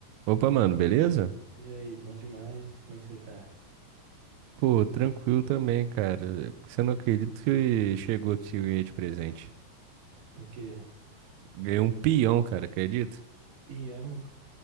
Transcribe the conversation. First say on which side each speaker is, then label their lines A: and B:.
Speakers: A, on the right (about 80°); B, on the right (about 70°).
A: Opa, mano, beleza?
B: E aí, bom demais? Como é que você tá?
A: Pô, tranquilo também, cara. Você não acredita que chegou aqui o de presente?
B: O quê?
A: Ganhei um peão, cara, acredita?
B: Peão?